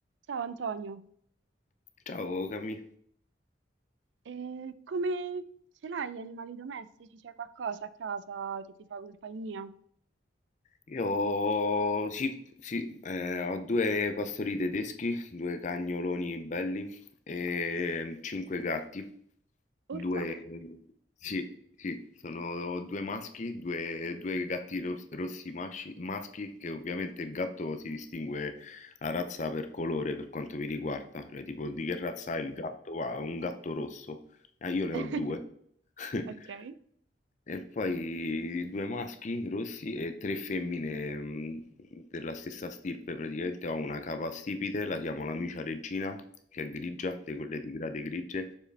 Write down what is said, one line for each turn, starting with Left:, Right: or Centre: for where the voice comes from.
Right: Ciao Antonio,
Left: Ciao Cami,
Right: Eh, come ce l'hai gli animali domestici? C'è qualcosa a casa che ti fa compagnia?
Left: io sì, sì, eh, ho due pastori tedeschi, due cagnoloni belli e cinque gatti, due,
Right: Urca.
Left: sì, sì, sono due maschi, due, due gatti ros- rossi masci- maschi, che ovviamente il gatto si distingue la razza per colore per quanto mi riguarda, cioè tipo di che razza è il gatto? Ah, è un gatto rosso, Ah, io ne
Right: <laughs>
Left: ho due. <laughs>
Right: Ok.
Left: E poi due maschi rossi e tre femmine mh, della stessa stirpe, praticamente ho una capa stipite, la chiamo l'amica regina, che è grigia, di quelle tigrate grigie,